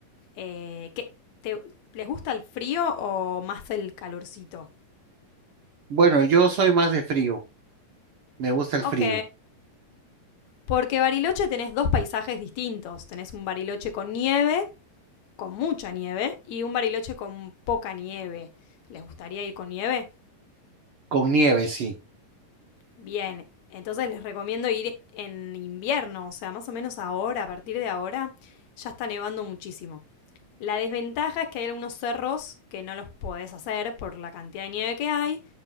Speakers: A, on the left; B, on the right.
A: Eh, ¿qué- te- ¿Les gusta el frío o más el calorcito?
B: Bueno, yo soy más de frío. Me gusta el
A: Ok.
B: frío.
A: Porque Bariloche tenés dos paisajes distintos. Tenés un Bariloche con nieve, con mucha nieve, y un Bariloche con poca nieve. ¿Les gustaría ir con nieve?
B: Con nieve, sí.
A: Bien. Entonces les recomiendo ir en invierno, o sea, más o menos ahora, a partir de ahora, ya está nevando muchísimo. La desventaja es que hay algunos cerros que no los podés hacer por la cantidad de nieve que hay,